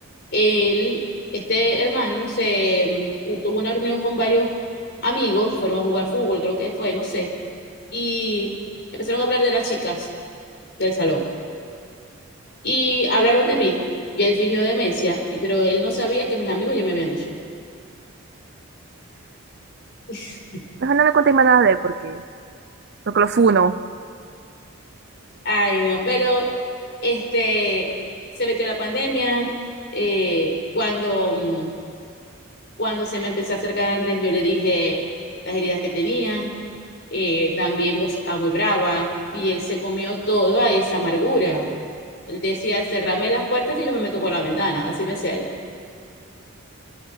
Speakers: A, on the left (about 50°); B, on the right (about 50°).
A: él, este hermano se mm, u- tuvo una reunión con varios amigos, fueron a jugar fútbol, creo que fue, no sé, y empezaron a hablar de las chicas del salón. Y hablaron de mí, y él fingió demencia, y- pero él no sabía que mis amigos ya me habían dicho. <laughs>
B: Mejor no me contéis más nada de él porque, porque lo funo.
A: Ay, no, pero este se metió la pandemia eh, cuando mm, Cuando se me empezó a acercar Andrés, yo le dije las heridas que tenía, eh, también vos estaba muy brava, y él se comió toda esa amargura. Él decía, cerrame las puertas que yo me meto por la ventana, así me decía él.